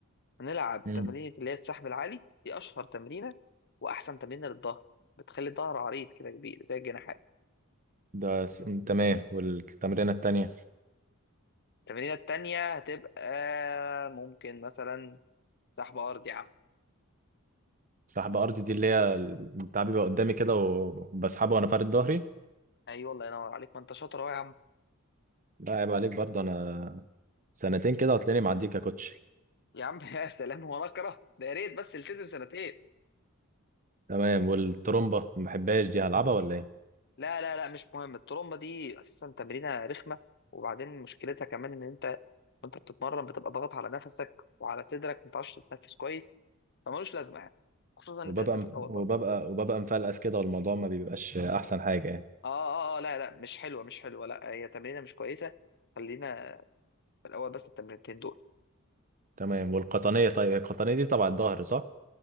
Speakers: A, on the left; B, on the right.
A: هنلعب
B: مم.
A: تمرينه اللي هي السحب العالي دي اشهر تمرينه واحسن تمرينه للظهر بتخلي الظهر عريض كده كبير زي الجناحات
B: ده س... تمام والتمرينه التانيه
A: التمرينه التانيه هتبقى ممكن مثلا سحب ارضي يا عم
B: سحب ارضي دي اللي هي بتاع بيبقى قدامي كده وبسحبه وانا فارد ظهري
A: ايوه الله ينور عليك ما انت شاطر اهو يا عم
B: لا عيب عليك برضه انا سنتين كده هتلاقيني معديك يا كوتش
A: يا عم <laughs> يا سلام هو انا اكره ده يا ريت بس التزم سنتين
B: تمام والترومبه ما بحبهاش دي هلعبها ولا ايه
A: لا لا لا مش مهم الترومبه دي اساسا تمرينه رخمه وبعدين مشكلتها كمان ان انت وانت بتتمرن بتبقى ضاغط على نفسك وعلى صدرك ما بتعرفش تتنفس كويس فمالوش لازمه يعني خصوصا ان
B: وببقى
A: انت لسه في الاول
B: وببقى
A: برضه
B: وببقى مفلقس كده والموضوع ما بيبقاش احسن حاجه يعني
A: اه اه اه لا لا مش حلوه مش حلوه لا هي تمرينه مش كويسه خلينا في الاول بس التمرينتين دول
B: تمام والقطنيه طيب القطنيه دي تبع الظهر صح